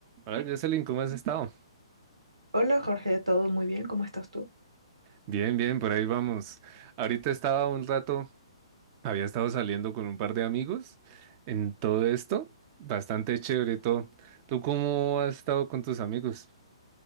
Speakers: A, on the right; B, on the right.
A: Hola, Jocelyn, ¿cómo has estado?
B: Hola Jorge, ¿todo muy bien? ¿Cómo estás tú?
A: Bien, bien, por ahí vamos. Ahorita estaba un rato, había estado saliendo con un par de amigos en todo esto. Bastante chévere todo. ¿Tú cómo has estado con tus amigos?